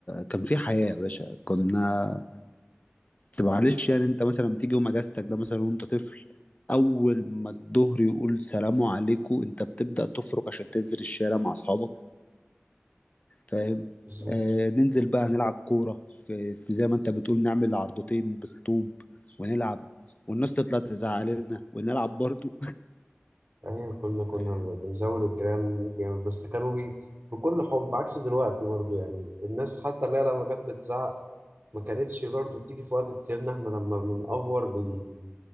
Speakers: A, on the left; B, on the right.
A: كان في حياة يا باشا كنا طب معلش يعني انت مثلا تيجي يوم اجازتك ده مثلا وانت طفل اول ما الظهر يقول سلام عليكم انت بتبدأ تفرك عشان تنزل الشارع مع اصحابك فاهم
B: بالظبط
A: آه ننزل بقى نلعب كورة في, في زي ما انت بتقول نعمل عرضتين بالطوب ونلعب والناس تطلع تزعق لنا ونلعب برضه
B: ايوه كنا كنا
A: <laughs>
B: بنزود الجيران جامد بس كانوا بي بكل حب عكس دلوقتي برضو يعني الناس حتى اللي هي لما كانت بتزعق ما كانتش برضو بتيجي في وقت تسيبنا احنا لما بنأفور بي...